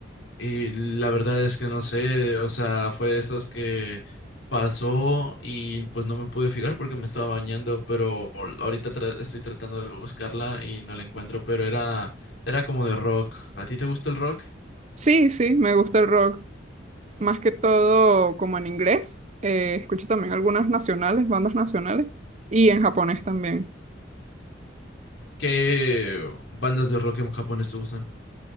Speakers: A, on the left (about 85°); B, on the right (about 35°).
A: y la verdad es que no sé, o sea, fue de esas que pasó y pues no me pude fijar porque me estaba bañando, pero ahorita tra- estoy tratando de buscarla y no la encuentro, pero era, era como de rock. ¿A ti te gusta el rock?
B: Sí, sí, me gusta el rock. Más que todo como en inglés. Eh, escucho también algunas nacionales, bandas nacionales. Y en japonés también.
A: ¿Qué bandas de rock en japonés te gustan?